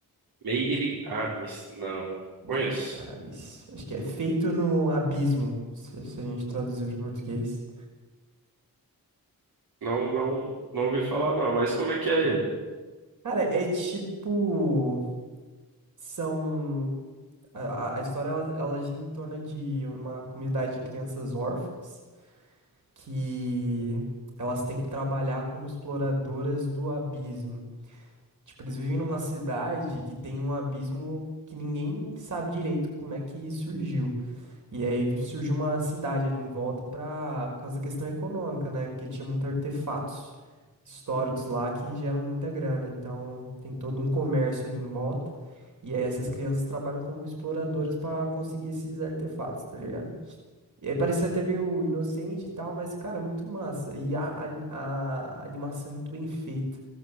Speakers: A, on the right (about 85°); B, on the right (about 55°).
A: Meire Abins. Não.
B: Made
A: Conheço.
B: in Abyss. Acho que é feito no abismo, se, se a gente traduzir para português.
A: Não, não, não ouvi falar, não. Mas como é que é ele?
B: Cara, é tipo. São. A, a a história ela, ela gira em torno de uma comunidade de crianças órfãs. que elas têm que trabalhar como exploradoras do abismo. Tipo, eles vivem numa cidade que tem um abismo que ninguém sabe direito como é que surgiu. E aí surgiu uma cidade ali em volta pra, por causa da questão econômica, né? Porque tinha muitos artefatos históricos lá que geram muita grana. Então tem todo um comércio ali em volta. E aí essas crianças trabalham como exploradoras pra conseguir esses artefatos, tá ligado? E aí parecia até meio inocente e tal, mas, cara, muito massa. E a, a, a animação é muito bem feita.